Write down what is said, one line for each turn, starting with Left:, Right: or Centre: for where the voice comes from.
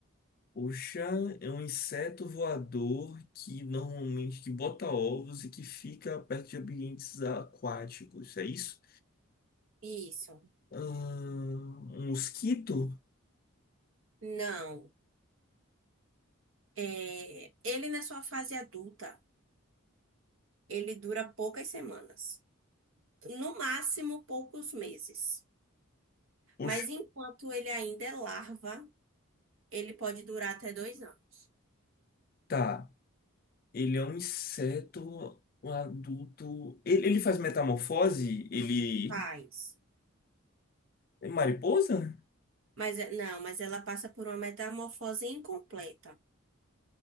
Left: O Oxã é um inseto voador que normalmente que bota ovos e que fica perto de ambientes aquáticos, é isso?
Right: Isso.
Left: Ahn, um mosquito?
Right: Não. É, ele na sua fase adulta, ele dura poucas semanas. No máximo, poucos meses. Mas
Left: Oxa,
Right: enquanto ele ainda é larva, ele pode durar até dois anos.
Left: tá. Ele é um inseto um adulto. Ele, ele faz metamorfose? Ele
Right: Faz.
Left: é mariposa?
Right: Mas é- não, mas ela passa por uma metamorfose incompleta.